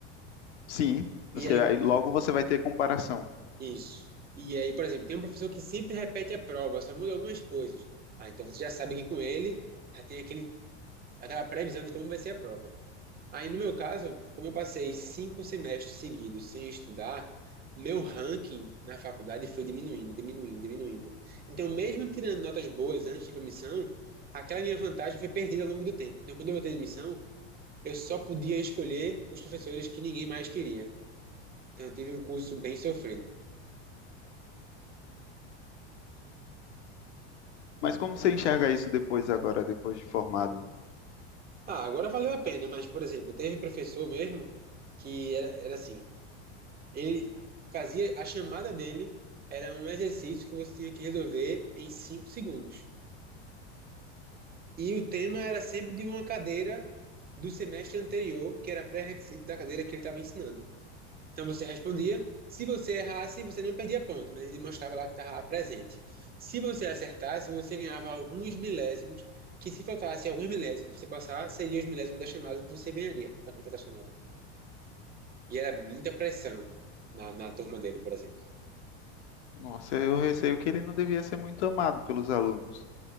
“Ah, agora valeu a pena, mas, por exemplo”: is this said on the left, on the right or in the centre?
Right